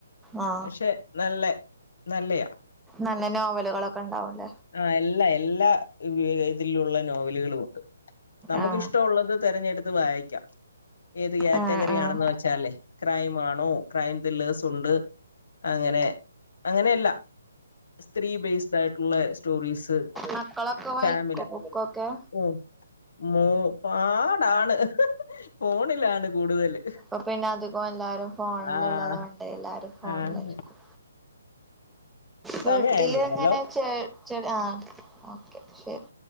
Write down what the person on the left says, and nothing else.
പക്ഷെ നല്ല നല്ലയാ
ആഹ് എല്ലാ എല്ലാതിലുള്ള നോവലുകളുണ്ട് നമുക്ക്
ഇഷ്ടമുള്ളത് തിരഞ്ഞെടുത്ത് വായിക്കാം ഏത് കാറ്റഗറി
ആണെന്ന് വ വച്ചല്ലേ ക്രൈം ആണോ ക്രൈം ലേസുണ്ട് അങ്ങനെ അങ്ങനെയല്ല സ്ത്രീ ബേസ്ഡ് ആയിട്ടുള്ള സ്
ഫാമിലി
ഉം മോ പാടാണ് ഫോണിലാണ് കൂടുതല്.
ആഹ്
ആഹ്
സമയായെന്ന് തോന്നല്ലോ